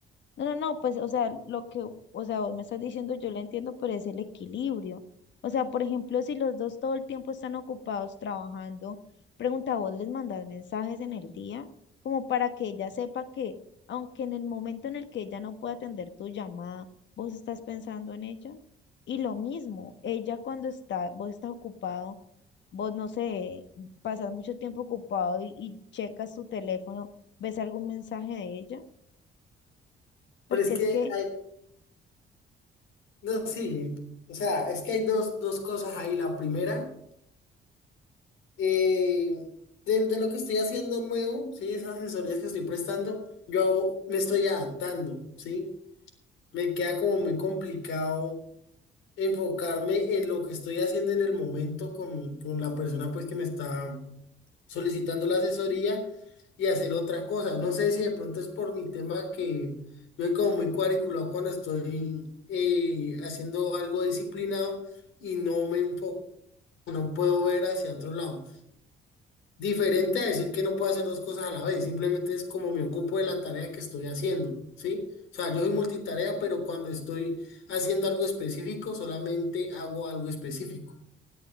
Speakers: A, on the left; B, on the left.
A: No, no, no, pues, o sea, lo que, o sea, vos me estás diciendo, yo lo entiendo, pero es el equilibrio. O sea, por ejemplo, si los dos todo el tiempo están ocupados trabajando, pregunta vos, les mandar mensajes en el día, como para que ella sepa que, aunque en el momento en el que ella no pueda atender tu llamada, vos estás pensando en ella. Y lo mismo, ella cuando está, vos estás ocupado, vos no sé, pasas mucho tiempo ocupado y, y checas tu teléfono, ves algún mensaje de ella, porque
B: pero es que
A: es que
B: hay, no, sí, o sea, es que hay dos, dos cosas ahí. La primera, eh, de, de lo que estoy haciendo nuevo, ¿sí? Esas asesorías que estoy prestando, yo me estoy adaptando, ¿sí? Me queda como muy complicado enfocarme en lo que estoy haciendo en el momento con, con la persona pues que me está solicitando la asesoría y hacer otra cosa. No sé si de pronto es por mi tema que yo soy como muy cuadriculado cuando estoy eh, haciendo algo disciplinado y no me enfoco, no puedo ver hacia otro lado. Diferente a decir que no puedo hacer dos cosas a la vez, simplemente es como me ocupo de la tarea que estoy haciendo, ¿sí? O sea, yo soy multitarea, pero cuando estoy haciendo algo específico, solamente hago algo específico.